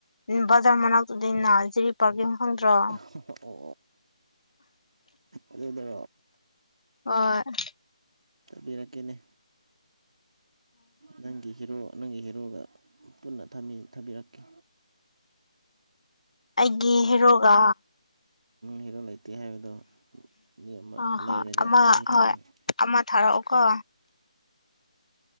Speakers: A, on the left (about 75°); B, on the right (about 60°).
A: ꯕꯖꯥꯔ ꯃꯅꯥꯛꯇꯨꯗꯅ ꯖꯤꯔꯤ ꯄꯥꯔꯀꯤꯡ ꯈꯪꯗ꯭ꯔꯣ
B: ꯑꯣ ꯑꯗꯨꯗ
A: ꯍꯪꯏ
B: ꯇꯥꯕꯤꯔꯛꯀꯦꯅꯦ ꯅꯪꯒꯤ ꯍꯤꯔꯣ ꯅꯪꯒꯤ ꯍꯤꯔꯣꯒ ꯄꯨꯟꯅ ꯊꯝꯕꯤꯔꯛꯀꯦ
A: ꯑꯩꯒꯤ ꯍꯦꯔꯣꯒ
B: ꯍꯤꯔꯣꯜ ꯂꯩꯇꯦ ꯍꯥꯏꯕꯗꯣ ꯌꯦ ꯑꯃ
A: ꯑ
B: ꯂꯩꯔꯒ
A: ꯍꯣꯏ ꯑꯃ
B: ꯊꯥꯕꯤꯔꯀꯅꯤ
A: ꯍꯣꯏ
B: ꯑ
A: ꯑꯃ ꯊꯥꯔꯛꯑꯣꯀꯣ